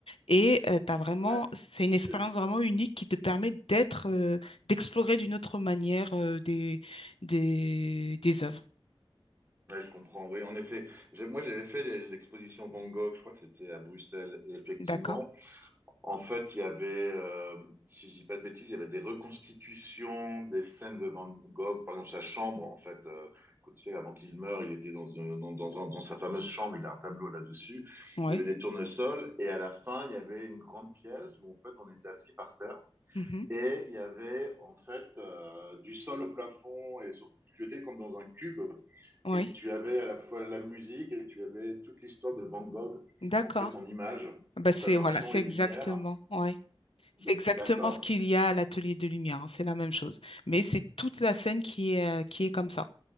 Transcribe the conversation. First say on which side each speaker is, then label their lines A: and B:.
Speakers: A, on the left (about 75°); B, on the right (about 25°).
A: et euh, t'as vraiment,
B: Ouais.
A: c'est une expérience
B: Euh,
A: vraiment unique qui te permet d'être, euh, d'explorer d'une autre manière euh, des, des, des œuvres.
B: Ouais, je comprends. Oui, en effet. J'ai- Moi, j'avais fait les- l'exposition Van Gogh. Je crois que c'était à Bruxelles. Et effectivement,
A: D'accord?
B: En fait, il y avait, euh, si je dis pas de bêtises, il y avait des reconstitutions des scènes de Van Gogh, par exemple sa chambre, en fait, euh, quand tu sais, avant qu'il meure, il était dans, une- dans, dans, dans dans sa fameuse chambre, il a un tableau là-dessus,
A: Oui.
B: il y avait des tournesols, et à la fin, il y avait une grande pièce où, en fait, on était assis par terre,
A: Mhm.
B: et il y avait, en fait, euh, du sol au plafond, et sur- tu étais comme dans un cube,
A: Oui.
B: et tu avais à la fois la musique, et tu avais toute l'histoire de Van Gogh,
A: D'accord.
B: en fait, en images,
A: Bah
B: donc
A: c'est
B: tu avais
A: voilà,
B: un son
A: c'est
B: et
A: exactement,
B: lumière,
A: ouais.
B: D-
A: C'est exactement
B: D'accord.
A: ce qu'il y a à l'atelier de lumière, hein, c'est la même chose. Mais c'est toute la scène qui est, euh, qui est comme ça.